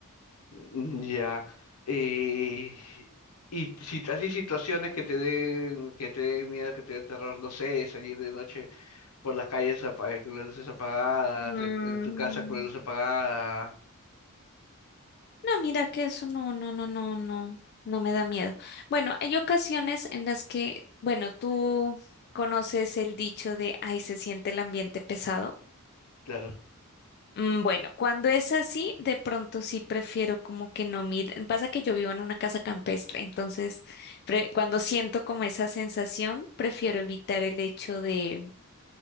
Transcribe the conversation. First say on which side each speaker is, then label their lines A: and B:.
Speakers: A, on the left; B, on the left.
A: Ya. eh, y si así situaciones que te den, que te den miedo, que te den terror, no sé, salir de noche por las calles apa- eh, con las luces apagadas,
B: Mm.
A: en, en tu casa con la luz apagada.
B: No, mira que eso no, no, no, no, no, no me da miedo. Bueno, hay ocasiones en las que, bueno, tú conoces el dicho de, ay, se siente el ambiente pesado.
A: Claro.
B: Mm, Bueno, cuando es así, de pronto sí prefiero como que no mir. Pasa que yo vivo en una casa campestre, entonces pre- cuando siento como esa sensación, prefiero evitar el hecho de,